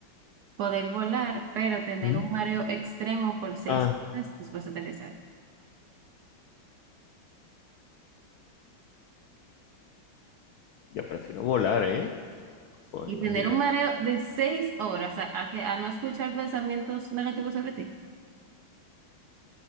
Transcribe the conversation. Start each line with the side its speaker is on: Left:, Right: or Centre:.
Right: Poder volar, pero tener
Left: ¿Mm?
Right: un mareo extremo por seis
Left: Ah,
Right: horas después de aterrizar.
Left: yo prefiero volar, ¿eh? Fue,
Right: Y
Left: imagínate.
Right: tener un mareo de seis horas a, a que, a no escuchar pensamientos negativos sobre ti.